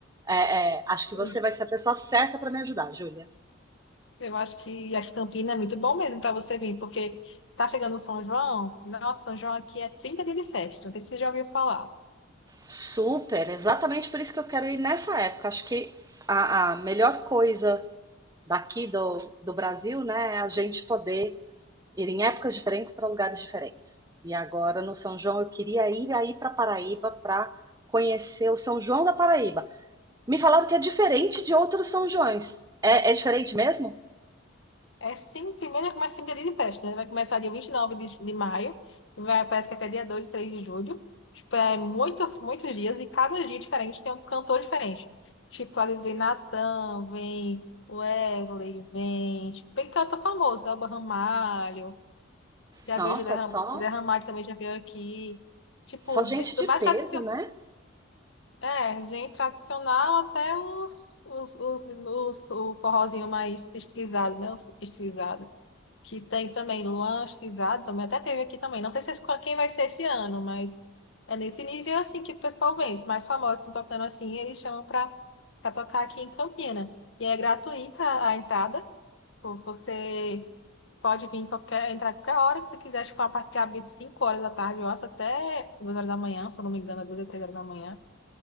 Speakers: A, on the right (about 15°); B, on the left (about 65°).
A: é, é, acho que
B: Eu
A: você vai ser a pessoa certa para me ajudar, Júlia.
B: eu acho que a Campina é muito bom mesmo para você vir, porque tá chegando o São João. Nossa, São João aqui é 30 dias de festa. Não sei se você já ouviu falar.
A: Super, exatamente por isso que eu quero ir nessa época. Acho que a, a melhor coisa daqui do, do Brasil, né, a gente poder ir em épocas diferentes para lugares diferentes. E agora no São João eu queria ir aí para Paraíba para conhecer o São João da Paraíba. Me falaram que é diferente de outros São Joões. É, é diferente mesmo?
B: É sim, primeiro começa em dia de festa, né? Vai começar dia 29 de, de maio, vai, parece que até dia 2, 3 de julho. Tipo, é muito, muitos dias, e cada dia diferente tem um cantor diferente. Tipo, às vezes vem Natan, vem Wesley, vem, tipo, vem cantor famoso, Elba Ramalho, já
A: Nossa,
B: veio José Ram...
A: só
B: Zé Ramalho também já veio aqui. Tipo,
A: só gente
B: de- do
A: de
B: mais
A: peso,
B: tradicional,
A: né?
B: é, gente tradicional até os, os, os, os, o forrozinho mais estilizado, né? Os estilizado que tem também Luan Stizado, também até teve aqui também. Não sei se, esse- quem vai ser esse ano, mas é nesse nível assim que o pessoal vem. Os mais famosos estão tocando assim, eles chamam para para tocar aqui em Campina. E é gratuita a entrada. pô, Você pode vir em qualquer, entrar em qualquer hora que você quiser, tipo, a partir de abre de 5 horas da tarde, eu acho, até 2 horas da manhã, se eu não me engano, 2 e 3 horas da manhã.